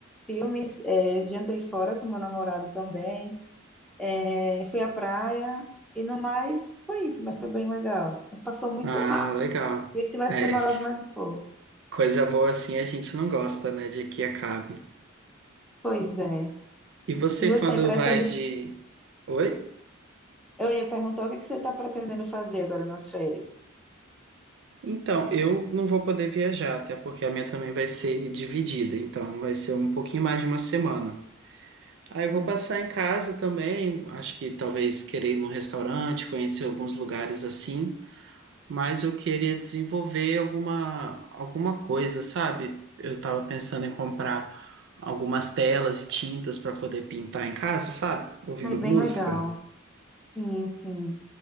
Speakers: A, in the centre; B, on the right (about 60°).
A: filmes, é, jantei fora com meu namorado também, é, fui à praia e no mais foi isso, mas foi bem legal. Mas passou muito
B: Ah,
A: rápido.
B: legal.
A: Queria que tivesse
B: É,
A: demorado
B: f-
A: mais um pouco.
B: coisa boa assim a gente não gosta, né, de que acabe.
A: Pois é.
B: E você
A: E você
B: quando
A: pretende?
B: vai de... Oi?
A: Eu ia perguntar o que que você está pretendendo fazer agora nas férias.
B: Então, eu não vou poder viajar, até porque a minha também vai ser dividida, então vai ser um pouquinho mais de uma semana. Aí eu
A: Sim.
B: vou passar em casa também. Acho que talvez querer ir num restaurante, conhecer alguns lugares assim. Mas eu queria desenvolver alguma, alguma coisa, sabe? Eu tava pensando em comprar algumas telas e tintas para poder pintar em casa, sabe? Ouvindo
A: Aí, bem
B: música.
A: legal. Sim, sim.